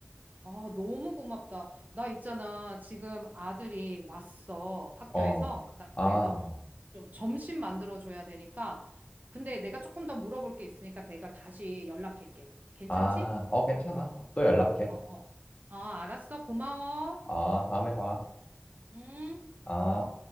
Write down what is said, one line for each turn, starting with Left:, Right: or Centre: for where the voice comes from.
Right: 아, 너무 고맙다. 나 있잖아. 지금 아들이 왔어. 학교에서.
Left: 어,
Right: 나
Left: 아,
Right: 그래서
Left: 어,
Right: 좀 점심 만들어줘야 되니까. 근데 내가 조금 더 물어볼 게 있으니까 내가 다시 연락할게. 괜찮지?
Left: 아, 어, 괜찮아. 또 연락해.
Right: 어, 어. 어, 알았어. 고마워.
Left: 아, 다음에 봐.
Right: 음.
Left: 아.